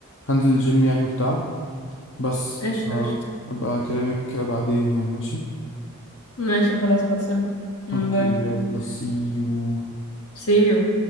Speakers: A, on the left (about 55°); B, on the left (about 75°).
A: هنزل الجيم يعني وبتاع بس
B: قشطة
A: فأبقى
B: قشطة
A: أكلمك بعدين يعني ماشي
B: ماشي خلاص خلصنا أمم،
A: أوكي
B: باي
A: يلا سي يو
B: see you